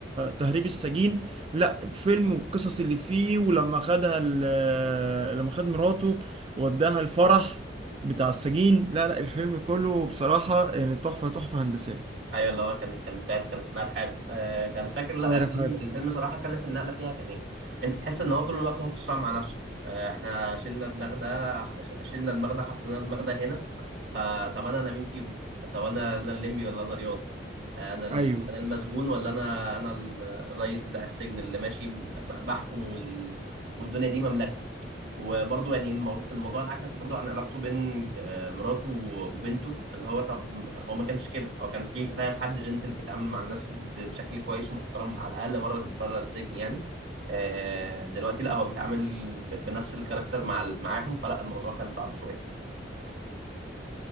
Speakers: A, on the right (about 30°); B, on the right (about 75°).
A: تهريب السجين لا فيلم والقصص اللي فيه ولما خدها ال- لما خد مراته وداها الفرح بتاع السجين لا لا الفيلم كله بصراحة يعني تحفة تحفة هندسية
B: ايوه اللي هو كان كان ساعتها كان اسمها الحرب آه كان فاكر لا
A: طاهر
B: الفيلم
A: حاجة
B: الفيلم صراحه كانت النقله فيها كان ايه انت تحس ان هو طول الوقت هو في صراع مع نفسه آه احنا شلنا دماغ ده ش- شلنا دماغ ده حطينا دماغ ده هنا فطب انا انا مين فيهم طب انا انا الليمبي ولا انا رياض آه، انا ال-
A: ايوه
B: انا المسجون ولا انا انا ال- الرئيس بتاع السجن اللي ماشي ب- بحكم وال... والدنيا دي مملكتي وبرضه يعني المو- الموضوع انعكس برضه عن علاقته بين آه، مراته و- وبنته اللي هو طب هو ما كانش كده هو كان في فاهم حد جنتل بيتعامل مع الناس ب- بشكل كويس ومحترم على الاقل بره بره السجن يعني آه، دلوقتي لا هو بيتعامل ب- بنفس الكاركتر مع ال- معاهم فلا الموضوع كان صعب شويه